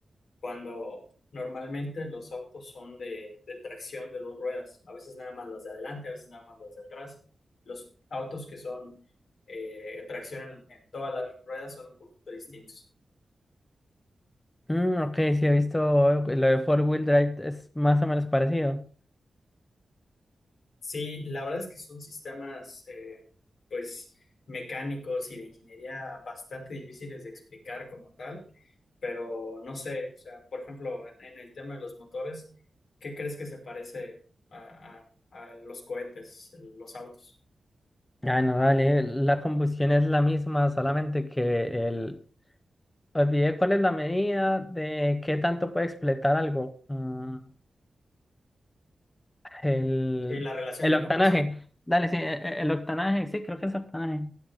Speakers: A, on the left; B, on the left.
A: cuando normalmente los autos son de, de tracción de dos ruedas, a veces nada más las de adelante, a veces nada más las de atrás. Los autos que son eh, tracción en, en todas las ruedas son un poquito distintos.
B: Mm, ok, sí he visto lo de four wheel drive, es más o menos parecido.
A: Sí, la verdad es que son sistemas eh, pues mecánicos y de ingeniería bastante difíciles de explicar como tal, pero no sé, o sea, por ejemplo, en, en el tema de los motores, ¿qué crees que se parece a, a a los cohetes, los autos?
B: Ah, no, dale, la combustión es la misma, solamente que el, Olvidé cuál es la medida de qué tanto puede expletar algo. Mm, el,
A: Sí, la relación
B: el
A: de
B: octanaje.
A: compresión.
B: Dale, sí, e- e- el octanaje, sí, creo que es octanaje.